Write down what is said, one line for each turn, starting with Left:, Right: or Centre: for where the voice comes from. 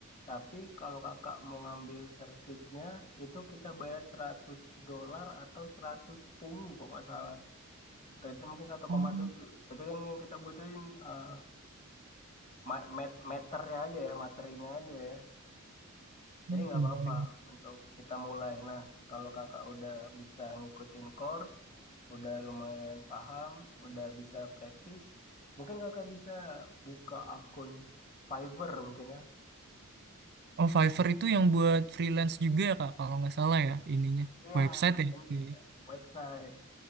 Left: Tapi kalau kakak mau ngambil sertifnya, itu kita bayar seratus dolar atau 110 kalau nggak salah. Rate mungkin satu
Right: Oh,
Left: koma tujuh. Tapi kan yang kita butuhin eh, ma- mat- meternya aja ya, materinya aja ya. Jadi nggak
Right: kebayang.
Left: apa-apa untuk kita mulai. Nah, kalau kakak udah bisa ngikutin course, udah lumayan paham, udah bisa praktis, mungkin kakak bisa buka akun Fiverr mungkin ya
Right: Oh, Fiverr itu yang buat freelance juga ya, Kak, kalau nggak salah ya ininya.
Left: Iya,
Right: Website ya.
Left: benar.
Right: Oke.
Left: Kak. website.